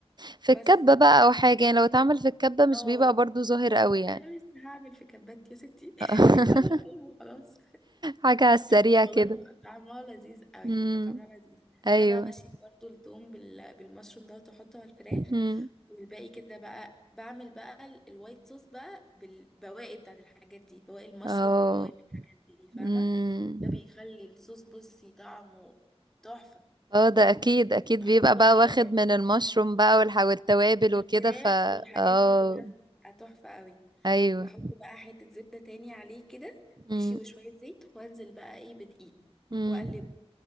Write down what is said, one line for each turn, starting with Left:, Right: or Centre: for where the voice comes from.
Right: في
Centre: بس
Right: الكبة بقى أو حاجة يعني لو اتعمل في الكبة مش
Centre: اه
Right: بيبقى برضو ظاهر قوي يعني
Centre: انا لسه هعمل في كبات يا ستي <laughs>
Right: <laughs>
Centre: هو قلبه خلاص
Right: حاجة على السريع
Centre: بس والله
Right: كده
Centre: بتبقى طعمها لذيذ قوي
Right: امم
Centre: بتبقى طعمها لذيذ
Right: أيوه
Centre: انا بقى بشيل برضو التوم بال... بالمشروم ده واحطه على الفراخ
Right: امم
Centre: والباقي كده بقى بعمل بقى ال- الوايت صوص بقى بالبواقي بتاعت الحاجات دي بواقي المشروم
Right: اه
Centre: وبواقي الحاجات دي فاهمه
Right: امم
Centre: ده بيخلي الصوص بصي طعمه تحفه
Right: اه ده أكيد أكيد
Centre: بحط
Right: بيبقى
Centre: بقى
Right: بقى
Centre: اه
Right: واخد من المشروم بقى والح- والتوابل
Centre: والفراخ
Right: وكده ف
Centre: والحاجات
Right: اه
Centre: دي كلها بتبقى تحفة قوي
Right: أيوه
Centre: بحط بقى حتة زبدة تاني عليه كده
Right: امم
Centre: ماشي وشوية زيت وانزل بقى ايه بدقيق
Right: امم
Centre: واقلبه